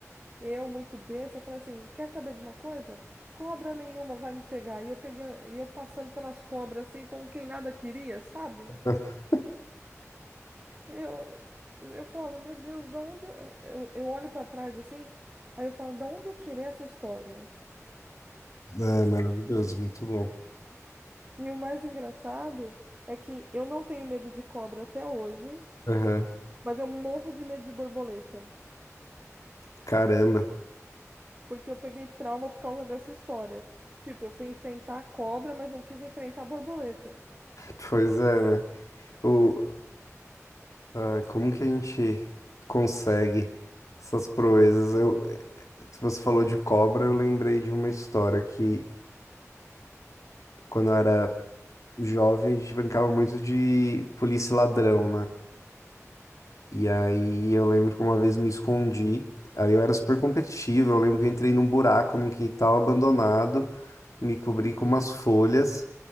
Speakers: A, on the right; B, on the left.
A: eu, muito besta, falei assim: quer saber de uma coisa? Cobra nenhuma vai me pegar. E eu pegando, e eu passando pelas cobras assim, como quem nada queria, sabe?
B: <laughs>
A: Eu, eu falava: meu Deus, da onde eu, eu, eu olho para trás assim? Aí eu falo: da onde eu tirei essa história?
B: É maravilhoso, muito bom.
A: E o mais engraçado é que eu não tenho medo de cobra até hoje.
B: Aham,
A: Mas eu morro de medo de borboleta,
B: Caramba,
A: porque eu peguei trauma por causa dessa história. Tipo, eu fui enfrentar a cobra, mas não quis enfrentar a borboleta.
B: pois é, né? O, ah, como que a gente consegue essas proezas? Eu, eh, se você falou de cobra, eu lembrei de uma história que, quando eu era jovem, a gente brincava muito de polícia e ladrão, né? E aí eu lembro que uma vez me escondi, aí eu era super competitivo, eu lembro que eu entrei num buraco num quintal abandonado, me cobri com umas folhas,